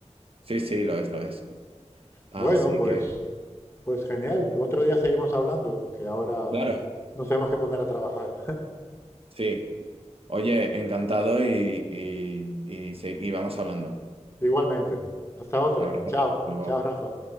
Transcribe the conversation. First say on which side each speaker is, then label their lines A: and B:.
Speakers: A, on the right; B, on the left.
A: Sí, sí, lo es, lo es. Así
B: Bueno, pues,
A: que,
B: pues genial. Otro día seguimos hablando, que ahora
A: claro,
B: nos tenemos que poner a trabajar.
A: sí. Oye, encantado y, y, y, sí, y vamos hablando.
B: Igualmente. Hasta otra.
A: Un abrazo.
B: Chao.
A: Hasta luego.
B: Chao, Rafa.